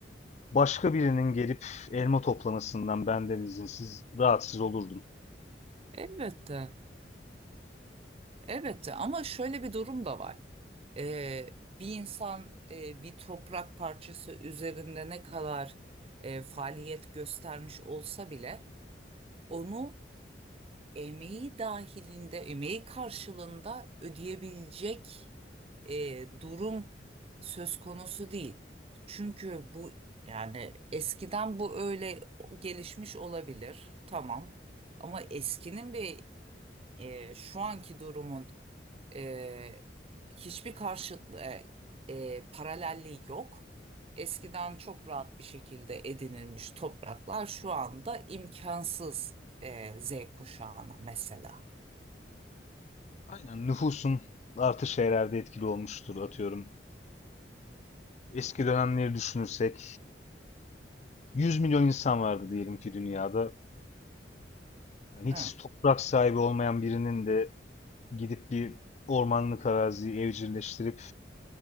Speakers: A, on the left; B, on the right.
A: başka birinin gelip elma toplamasından benden izinsiz rahatsız olurdum.
B: elbette, elbette ama şöyle bir durum da var. Ee, bir insan e, bir toprak parçası üzerinde ne kadar e, faaliyet göstermiş olsa bile onu emeği dahilinde, emeği karşılığında ödeyebilecek e, durum söz konusu değil. Çünkü bu yani eskiden bu öyle gelişmiş olabilir, tamam. Ama eskinin ve e, şu anki durumun ee, hiçbir karşıtlı e, e, paralelliği yok. Eskiden çok rahat bir şekilde edinilmiş topraklar şu anda imkansız e, Z kuşağına mesela.
A: Aynen nüfusun artış herhalde etkili olmuştur atıyorum. Eski dönemleri düşünürsek 100 milyon insan vardı diyelim ki dünyada. Yani hiç
B: Evet.
A: toprak sahibi olmayan birinin de gidip bir ormanlık araziyi evcilleştirip